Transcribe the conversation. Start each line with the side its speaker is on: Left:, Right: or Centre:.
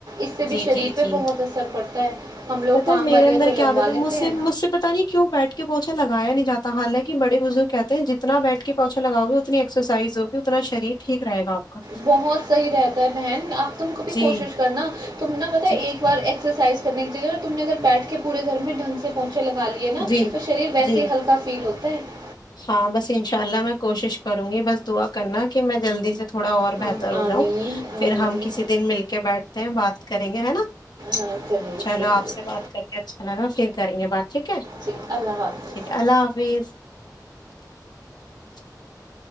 Right: اس سے
Left: جی
Right: بھی شریر
Left: جی
Right: پہ
Left: جی
Right: بہت اثر پڑتا ہے ہم لوگ
Left: پتا
Right: کام
Left: ہے میرے
Right: والی
Left: اندر
Right: تو
Left: کیا
Right: لگوا
Left: عادت ہے مجھ
Right: لیتے
Left: سے
Right: ہیں
Left: مجھ سے پتا نہیں کیوں بیٹھ کے پوچھا لگایا نہیں جاتا ہالانک بڑے بزرگ کہتے ہیں جتنا بیٹھ کے پوچھا لگؤ گ اتنی ایکسرسائز ہوگ اتنا شریر ٹھیک رہے گا آپ کا
Right: بہت صحیح رہتا ہے بہن آپ تم کو بھی
Left: جی
Right: کوشش کرنا تم ن پتا
Left: جی جی
Right: ایک بار ایکسرسائز نے کی جگہ تم نے اگر بیٹھ کے پورے گھر میں ڈھن سے پہنچا لگا لیے نا
Left: جی
Right: تو شریر ویسے
Left: جی
Right: ہی ہلکا فیل ہوتا ایک
Left: ہاں بس انشاء اللہ میں کوشش کروں گی بس دعا کرنا کہ میں جلدی سے تھوڑا اور
Right: ہاں
Left: بہتر ہو جاؤں
Right: آمین
Left: پھر
Right: آمین
Left: ہم کسی دن مل کے بیٹھتے ہیں بات کریں گے ہے نا
Right: ہاں ضرور
Left: چلو
Right: ضرور
Left: آپ سے بات کر کے اچھا لگا پھر کریں گے بات ٹھیک ہے
Right: ٹھیک اللہ حافظ
Left: ٹھیک ہے اللہ حافظ <inaudible>